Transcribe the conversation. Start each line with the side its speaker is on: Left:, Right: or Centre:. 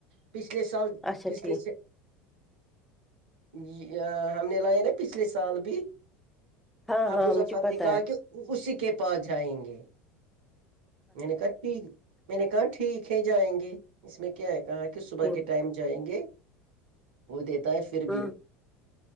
Right: پچھلے سال
Centre: اچھا
Right: پچھلے
Centre: ٹھیک
Right: یہ ہم نے لایا نا پچھلے سال بھی
Centre: ہاں
Right: اب
Centre: ہاں
Right: مظفر
Centre: مجھے پتا
Right: نے کہا
Centre: ہے
Right: کہ اسی کے پاس جائیں گے میں نے کہا ٹھیک میں نے کہا ٹھیک ہے جائیں گے اس میں کیا ہے کہا کہ صبح
Centre: ٹھیک
Right: کے ٹائم جائیں گے وہ دیتا ہے پھر
Centre: ہوں
Right: بھی